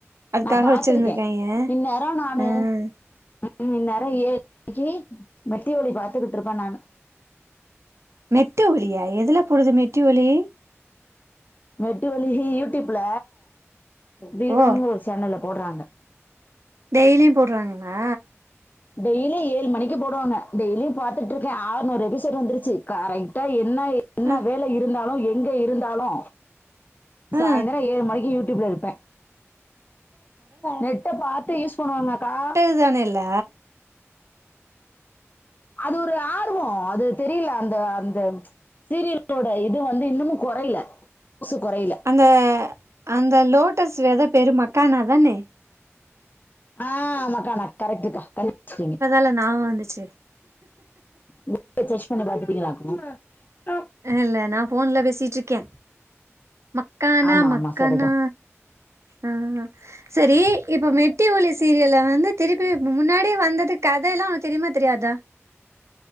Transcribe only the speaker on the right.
அதுக்காக
வச்சிருந்திருக்காய்ங்க
ஆ
மெட்டு ஒலியா எதுல போடுது மெட்டி ஒலி
ஓ
டெய்லியு போட்றாங்களா
அ
ஆ
இது ஒன்னு இல்ல
அந்த அந்த லோட்டஸ் வெத பேரு மக்கானா தானே
இப்பதால ஞாபகோ வந்துச்சு
இல்ல நா போன்ல பேசிட்டுருக்க மக்கானா
மக்கனா
ஆ சரி இப்ப மெட்டி ஒலி சீரியல்ல வந்து திருப்பி முன்னாடியே வந்தது கதல்லாம் உனக்கு தெரியுமா தெரியாதா